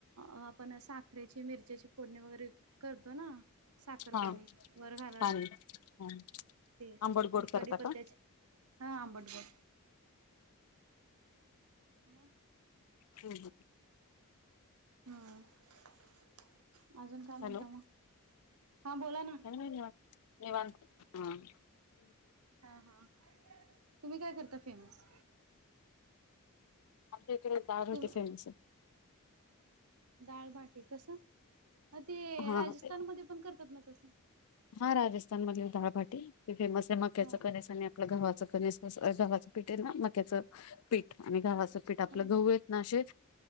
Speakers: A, on the right; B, on the left.
A: आपण साखरेची मिरच्याची फोडणी वगैरे करतो ना साखर
B: हा
A: पाणी वर घालायला
B: पाणी हा
A: ते
B: आंबड
A: आणि
B: गोड करता
A: कडीपत्त्याचे
B: का
A: हा आंबट गोड. मग?
B: हम्म हम्म.
A: हम्म अजून काय म्हणताय
B: हॅलो
A: मग हा बोला ना.
B: <inaudible> निवांत हम्म.
A: हा हा तुम्ही काय करता फेमस?
B: आमच्या इकडे डाळ भाटी
A: तुम्ही
B: फेमसय.
A: डाळभाटी कसं ते
B: हा
A: राजस्थानमध्ये पण करतात ना तसं?
B: हा राजस्थान मधील डाळभाटी हे फेमसय मक्याच
A: हा
B: कणिश आणि आपलं घवाच कणिश गव्हाचं पीठ आहे ना मक्याचं पीठ आणि गव्हाचं पीठ, आपलं
A: हा
B: गहू आहेत ना असे